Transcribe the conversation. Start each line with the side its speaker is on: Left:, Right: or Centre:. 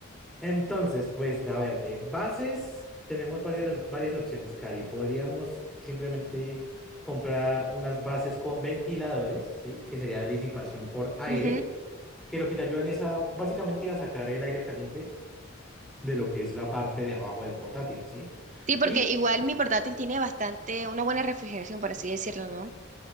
Centre: Entonces, pues, a ver, de bases tenemos varias, varias opciones, Cari. Podríamos simplemente comprar unas bases con ventiladores, ¿sí? Que sería disipación por aire,
Right: Ujú.
Centre: que lo que te ayudan es a, básicamente a sacar el aire caliente de lo que es la parte de abajo del portátil, ¿sí?
Right: Sí, porque
Centre: Y,
Right: igual mi portátil tiene bastante, una buena refrigeración, por así decirlo, ¿no?